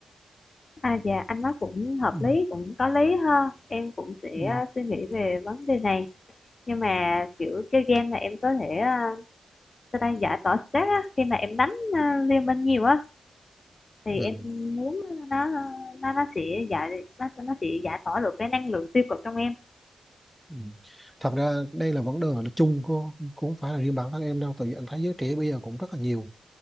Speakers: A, on the left; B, in the centre.
A: à dạ anh nói cũng hợp
B: ừ.
A: lý cũng có lý ha em cũng sẽ
B: Ừ.
A: à, suy nghĩ về vấn đề này nhưng mà kiểu chơi game mà em có thể uh, sao ta đang giải tỏa stress á khi mà em đánh uh, liên minh nhiều á thì
B: Ừ.
A: em muốn nó nó nó sẽ giải nó nó sẽ giải tỏa được cái năng lượng tiêu cực trong em
B: Ừ. Thật ra đây là vấn đề là chung của cũng không phải là riêng bản thân em đâu tại vì anh thấy giới trẻ bây giờ cũng rất là nhiều